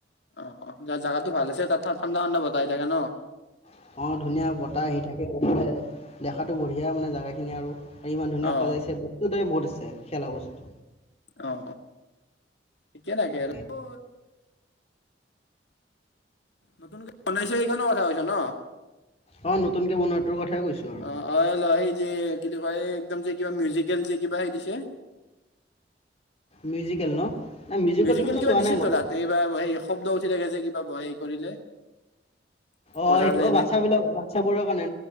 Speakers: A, on the left; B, on the left.
A: অ যাৰ জাগাতো ভাল আছে, তাত ঠাণ্ডা ঠাণ্ডা বতাহ আহি থাকে ন।
B: <unintelligible> অঁ ধুনীয়া বতাহ আহি থাকে, দেখাটো বঢ়িয়া মানে জেগাখিনি আৰু ইমান ধুনীয়া
A: অ
B: সজাইছে। বস্তু তাই বহুত আছে খেলা বস্তু।
A: অ কেনেকে
B: তাকে
A: আৰু নতুনকে বনাইছে সেইখন কথা কৈছ ন।
B: অ নতুনকে বনোৱাটোৰ কথাই কৈছোঁ আৰু
A: অ অল এই যে কিন্ত কয় একদম যে কিবা মিউজিকেল যে কিবা সেই দিছে?
B: মিউজিকেল ন নাই মিউজিকেলটোতো
A: মিউজিকেল কিবা
B: চোৱা
A: দিছেটো
B: নাই মই
A: তাত এইবাৰ সেই শব্দ উঠি থাকে যে কিবা হে কৰিলে।
B: অঁ
A: বজালে
B: সেইটো অঁ বাচ্ছাবিলাক
A: নেক
B: বাচ্ছাবোৰৰ কাৰণে